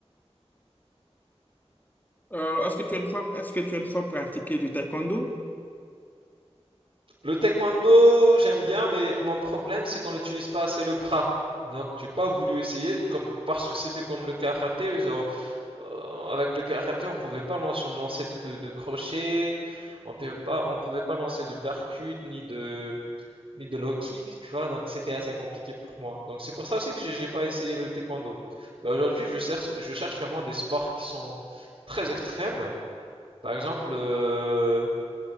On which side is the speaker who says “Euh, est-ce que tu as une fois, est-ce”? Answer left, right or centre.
Left